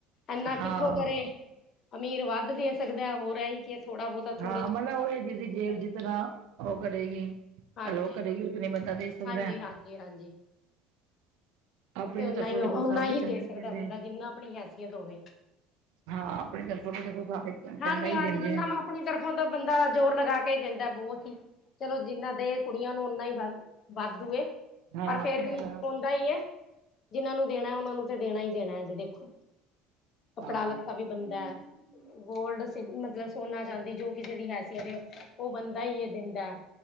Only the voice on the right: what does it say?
ਹਾਂ
ਹਾਂ
ਮਤਲਬ
ਉਹ
ਇਹ ਜਿਦੀ
ਜੇਬ
ਜਿਤਨਾ
ਉਹ ਕਰੇਗੀ।
ਹੈਲੋ ਕਦੇ ਵੀ <unintelligible> ਬੰਦਾ ਦੇ ਸਕਦਾ
ਹੈ।
ਆਪਣੀ
ਤਰਫੋਂ
ਦੇਖੋ
ਸਾਰੇ
ਚੰਗੀ
ਦਿੰਦੇ
ਆ।
ਹਾਂ ਆਪਣੀ ਤਰਫੋਂ ਤਾਂ ਦੇਖੋ ਸਾਰੇ ਚੰਗਾ
ਹੀ
ਦਿੰਦੇ
ਆ
ਹਾਂ
ਧੀਆਂ
ਭੈਣਾਂ
ਹਾਂਜੀ।